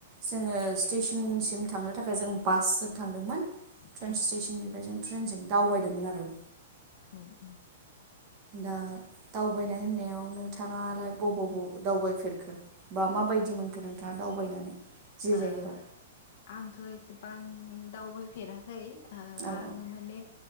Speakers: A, on the right; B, on the left.
A: जोङो स्टेसन सिम थांनो थाखाय जों बास जों थांदोंमोन ट्रेइन
B: उम
A: स्टेसननिफ्राय जों ट्रेइनजों दावबायदोंमोन आरो।
B: उम उम।
A: दा दावबायनाय होननायाव नोंथाङालाय बबाव बाव दावबायफेरखो? बा माबायदि मोनखो नोंथाङा दावबायनानै? जे
B: ओ
A: जायगायाव
B: आंथ' एसेबां दावबायफेराखै। ओ
A: औ
B: आङो माने